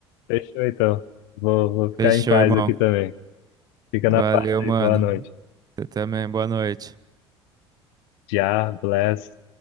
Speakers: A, on the left; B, on the right.
A: fechou então. Vou, vou ficar
B: Fechou,
A: em paz
B: irmão.
A: aqui também. Fica
B: Valeu,
A: na paz aí,
B: mano.
A: boa noite.
B: Você também, boa noite.
A: Já, bless.